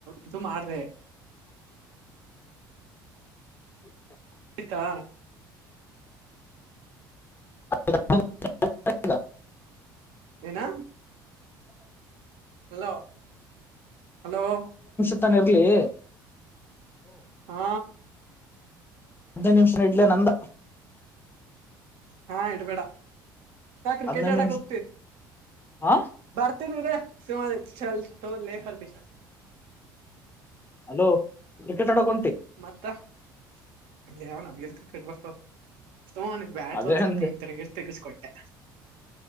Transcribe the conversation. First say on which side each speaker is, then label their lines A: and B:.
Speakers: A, on the right (about 60°); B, on the left (about 20°).
A: ಇದು ಮಾಡ್ದೆ ಆಯ್ತಾ
B: <inaudible>
A: ಏನಾ ಹಲೋ ಹಲೋ
B: ಬರ್ತನ್ ಇರಲೇ
A: ಹಾ
B: ಹದಿನೈ ನಿಮಿಷ ಇಡ್ಲೇ ನಂದ
A: ಹಾ ಇಡಬೇಡ ನಾ ಕ್ರಿಕೆಟ್
B: ಹದ್ನೈದು
A: ಆಡಕ್
B: ನಿಮಿಷ
A: ಹೋಗ್ತಿನಿ
B: ಹಾ
A: ಬರ್ತೀನಿರೆ <unintelligible> ಚಲ್ <unintelligible>
B: ಹಲೋ ಕ್ರಿಕೆಟ್ ಹಾಡಕ್
A: ಮತ್ತಾವನಾಗ ಎಲ್ಲಿ ಕ್ರಿಕೆಟ್ ಬರ್ತದ ಸೋನಗ್ ಬ್ಯಾಟ್
B: ಅದೇ
A: ಒಂದ
B: ಅಂದೆ
A: ಸ್ವಲ್ಪ ಹಿಂಗ್ ತಿಗ ತೆಗಸ್ಕೊಟ್ಟೆ